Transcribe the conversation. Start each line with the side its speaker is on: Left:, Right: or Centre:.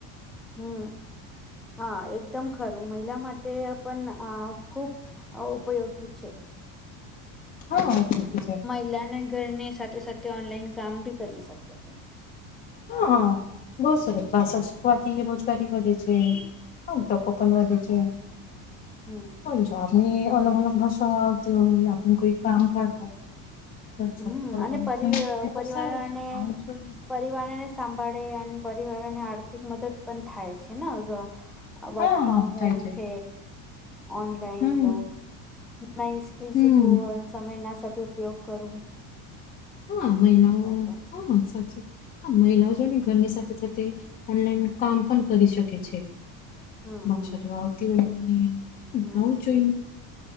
Centre: હમ હા એકદમ ખરું મહિલા માટે પણ આ ખુબ ઉપયોગી છે.
Left: હા ઓકે ઓકે છે
Centre: લેનલાઈન ઘરની સાથે સાથે ઓનલાઈન કામ બી કરી શકે છે
Left: હ બહુ સરસ ભાષા
Centre: હમ
Left: શીખવાથી રોજગારી વધે છે. હા તો કુપન વધે છે
Centre: હમ્મ.
Left: છો આપણી અલગ અલગ ભાષાતી હોય આપણું કોઈ કામ કરતા હોય
Centre: હમ્મ
Left: જોબ કરતા
Centre: અને
Left: હોય
Centre: પરિ
Left: તેના માટે તો
Centre: પરિવારને
Left: સારું છે આવું જોઈએ
Centre: પરિવારને સાંભાળે અને પરિવાર ને આર્થિક મદદ પણ થાય છે ને હવ વર્ક
Left: હા
Centre: ફ્રોમ
Left: હા
Centre: હોમ
Left: થાય છે
Centre: થ ઓનલાઈન
Left: હમ
Centre: તો ન કલ
Left: હમ
Centre: શકું સમય ના સદઉપયોગ કરું
Left: હા, મહિલાઓ
Centre: તો
Left: હા સાચી હા મહિલાઓ જો ને ઘરની સાથે સાથે ઓનલાઈન કામ પણ કરી શકે છે.
Centre: હમ
Left: ભાષા
Centre: હમ
Left: જો આવતી હોય ને આવું
Centre: હમ
Left: જોઈએ